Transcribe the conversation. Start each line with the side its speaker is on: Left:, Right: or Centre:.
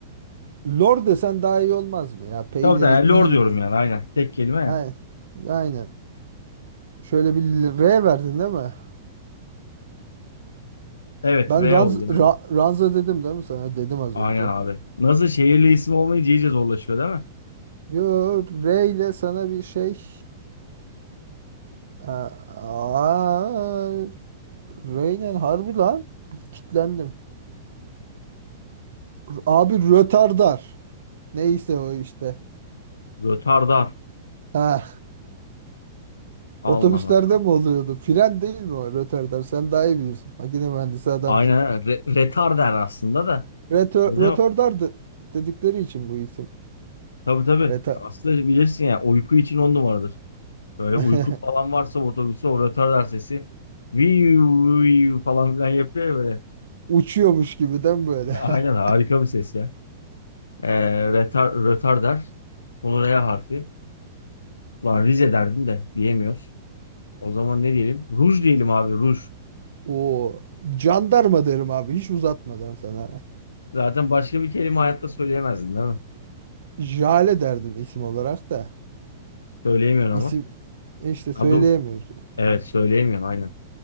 Right: Lor desen daha iyi olmaz mı ya? Peyniri
Left: Tabii tabii. yani
Right: iyi.
Left: lor diyorum yani. Aynen. Tek kelime ya.
Right: Aynen. Aynen. Şöyle bir R verdin değil mi?
Left: Evet.
Right: Ben
Left: V
Right: ranz,
Left: oldu.
Right: ra-
Left: Aynen.
Right: ranza dedim değil mi sana? Dedim az
Left: Aynen
Right: önce.
Left: abi. Nasıl şehirli isim olmayınca iyice zorlaşıyor değil mi?
Right: Yo R ile sana bir şey. Aa, R ile harbi lan. Kitlendim. Abi rötardar. Neyse o işte.
Left: Rötardar.
Right: Ha,
Left: Allah
Right: otobüslerde
Left: Allah.
Right: mi oluyordu? Fren değil mi o rötardar? Sen daha iyi bilirsin. Makine mühendisi adamsın.
Left: Aynen. Re retar aslında da.
Right: Rötö-
Left: Öyle
Right: Rötardar de- dedikleri için bu isim.
Left: Tabii tabii.
Right: Reta
Left: Aslında bilirsin ya uyku için on numaradır. Böyle
Right: <laughs>
Left: uyku falan varsa otobüse o rötardar sesi viu viu falan filan yapıyor ya böyle.
Right: uçuyormuş gibiden böyle.
Left: <laughs> Aynen
Right: <laughs>
Left: harika bir ses ya. Ee, retar, rötardar. Sonu R harfi. Ulan Rize derdin de diyemiyoruz. O zaman ne diyelim? Ruj diyelim abi ruj.
Right: O jandarma derim abi hiç uzatmadan sana.
Left: Zaten başka bir kelime hayatta söyleyemezdin değil mi?
Right: Jale derdim isim olarak da.
Left: Söyleyemiyorsun
Right: İsim
Left: ama.
Right: işte
Left: Ha
Right: söyleyemiyorum.
Left: dur. Evet söyleyemiyorsun aynen.